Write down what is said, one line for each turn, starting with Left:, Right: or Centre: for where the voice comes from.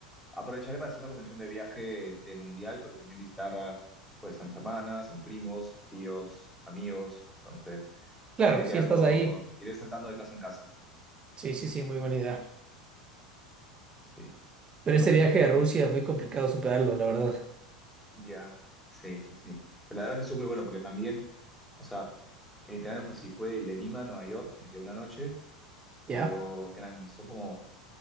Centre: Aprovecharé para hacer una combinación de viaje de mundial, pero también visitar a, pues, a mis hermanas, a mis primos, tíos, amigos. Entonces,
Right: Claro,
Centre: me iré
Right: si
Centre: quedando,
Right: estás ahí,
Centre: iré saltando de casa en casa.
Right: sí, sí, sí, muy buena idea.
Centre: Sí.
Right: Pero
Centre: Pero
Right: ese
Centre: bueno,
Right: viaje a Rusia, muy complicado superarlo, la verdad.
Centre: ya. Sí, sí, sí. La verdad es que estuvo muy bueno porque también, o sea, el itinerario fue así, fue el de Lima a Nueva York, me quedé una noche, luego
Right: ¿Ya?
Centre: que eran, son como